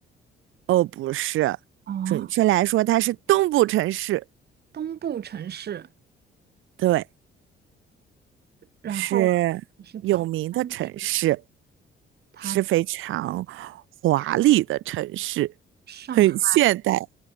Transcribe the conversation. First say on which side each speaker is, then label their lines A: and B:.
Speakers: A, on the right; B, on the right.
A: 哦，不是，
B: 哦，
A: 准确来说，它是东部城市，
B: 东部城市。
A: 对，
B: 然后啊
A: 是有名的城市，
B: 是早餐吃，它是
A: 是非常华丽的城市，
B: 上海。
A: 很现代。